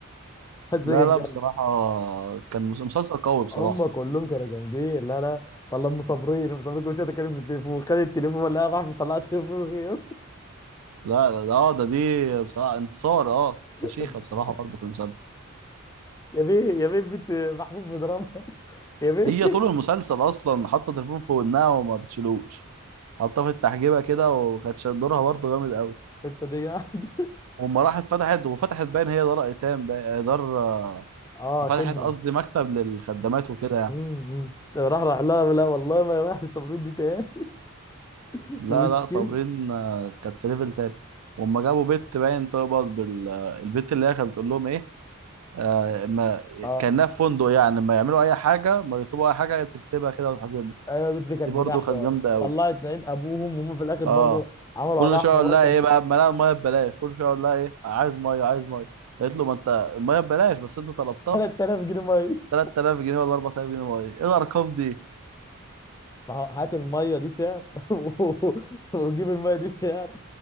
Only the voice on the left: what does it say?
الحته
دي كانت
جامده
هم كلهم كانوا جامدين لا لا والله ام صابرين ام صابرين كل شويه تتكلم في التليفون خد التليفون لا يا محمود طلع تليفون غير
<laughs>
يا بيه يا بيه بنت محمود بيضربها <laughs> يا بيه
انت دي قاعد
اه
خدمه
امم راح راح لها لا والله ما راح صابرين دي تاني <laughs>
دي مشكله
اه
ايوه البت دي كانت
بجحده
طلعت عين ابوهم وهم في الاخر برضه
عملوا
عليها
حوار
كان
جامد <laughs> 3000 جنيه ميه
ما هو هات الميه دي سعر <laughs> و- وجيب الميه دي سعر